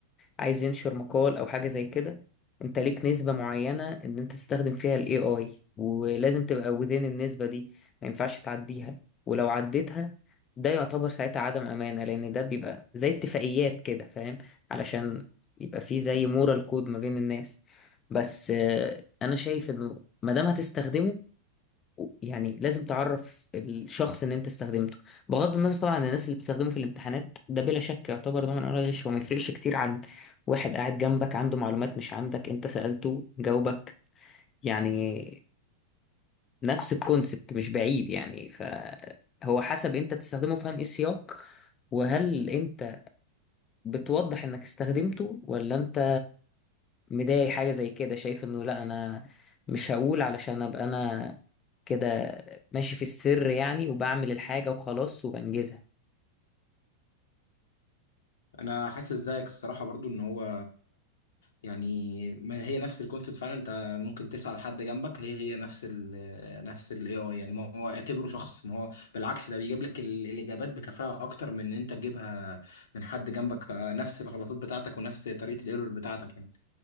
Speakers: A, on the left (about 25°); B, on the left (about 60°).
A: عايز ينشر مقال او حاجه زي كده انت ليك نسبه معينه ان انت تستخدم فيها الاي اي ولازم تبقى within النسبه دي ما ينفعش تعديها ولو عديتها ده يعتبر ساعتها عدم امانه لان ده بيبقى زي اتفاقيات كده فاهم علشان يبقى فيه زي مورال كود ما بين الناس بس آه، انا شايف انه ما دام هتستخدمه يعني لازم تعرف الشخص ان انت استخدمته بغض النظر طبعا عن الناس اللي بتستخدمه في الامتحانات ده بلا شك يعتبر نوع من انواع الغش هو ما يفرقش كتير عن واحد قاعد جنبك عنده معلومات مش عندك انت سألته جاوبك يعني نفس الكونسبت مش بعيد يعني فهو حسب انت تستخدمه في انهي سياق وهل انت بتوضح انك استخدمته ولا انت مضايق حاجة زي كده شايف انه لا انا مش هقول علشان ابقى انا كده ماشي في السر يعني وبعمل الحاجة وخلاص وبنجزها
B: انا حاسس زيك الصراحه برضو ان هو يعني ما هي نفس الكونسيبت فعلا انت ممكن تسأل حد جنبك هي هي نفس ال نفس الاي اي يعني ما هو اعتبره شخص ما هو بالعكس ده بيجيب لك ال- الاجابات بكفاءه اكتر من ان انت تجيبها من حد جنبك آه، نفس الغلطات بتاعتك ونفس طريقه الايرور بتاعتك يعني